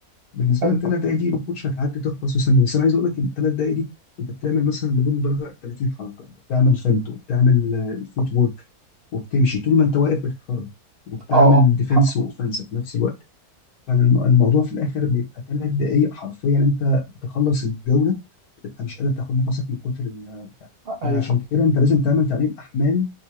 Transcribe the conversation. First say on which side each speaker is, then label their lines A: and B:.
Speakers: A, on the left; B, on the right.
A: بالنسبه
B: اه
A: لك ثلاث دقائق دي الكوتش هتعدي تخلص في ثانيه بس انا عايز اقول لك ان الثلاث دقائق دي انت بتعمل مثلا بدون مبالغه 30 حركه انت بتعمل فنت وبتعمل آه، الفوت وورك وبتمشي طول ما انت واقف بتتحرك وبتعمل
B: آه،
A: ديفense
B: حق
A: واوفنس في نفس الوقت فالموضوع في الاخر بيبقى ثلاث دقائق حرفيا انت بتخلص الجوله بتبقى مش قادر تاخد نفسك من كتر البتاع
B: ايوه
A: فعشان كده انت لازم تعمل تقليل احمال